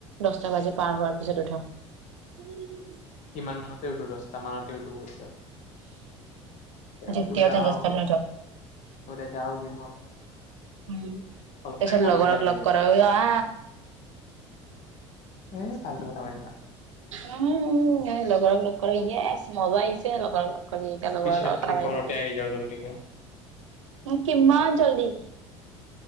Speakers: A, on the right; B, on the left.
A: দহটা বাজি পাৰ হোৱাৰ পিছত উঠা, উম।
B: ইমান মানতে উঠো দস্তা মানতে উঠো কাছে।
A: যেতিয়াও
B: অ তু যও
A: তই দহটাত নুঠ
B: বলে যও য ম <inaudible>
A: উম, তাৰ পিছত
B: টাইমৰ
A: লগৰ <unintelligible>
B: আহি
A: লগ কৰা আ
B: এ ফালটো কথা কয় নাথাক
A: অ, অ। ক'ল বৰ <unintelligible> ই মজা আহিছে লগৰ লগ এতি লগৰ
B: পিছতকে
A: লগ
B: ঘৰতে আহি যাও জল্দিকে
A: <inaudible> কিমান জল্দি।